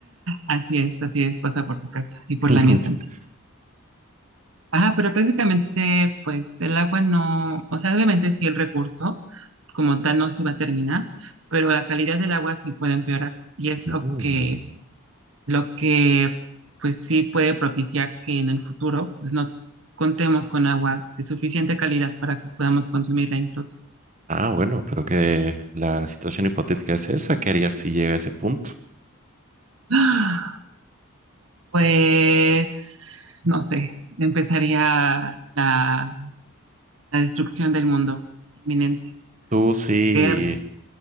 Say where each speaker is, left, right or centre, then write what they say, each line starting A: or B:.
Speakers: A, on the right; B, on the right.
A: así es, así es, pasa por tu casa y por
B: <laughs>
A: la mía también. Ajá, pero prácticamente, pues el agua no, o sea, obviamente sí el recurso como tal no se va a terminar, pero la calidad del agua sí puede empeorar y es
B: Mm.
A: lo que, lo que, pues sí puede propiciar que en el futuro, pues no contemos con agua de suficiente calidad para que podamos consumirla incluso.
B: Ah, bueno, pero que la situación hipotética es esa. ¿Qué harías si llega a ese punto?
A: <gasps> Pues, no sé, empezaría la, la destrucción del mundo inminente.
B: ¿Tú sí
A: Guerra